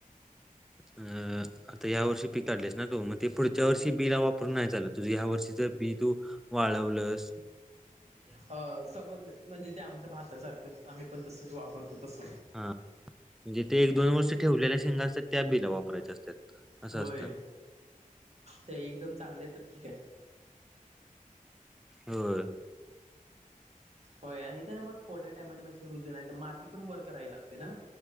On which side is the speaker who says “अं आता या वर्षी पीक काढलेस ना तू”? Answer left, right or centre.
Centre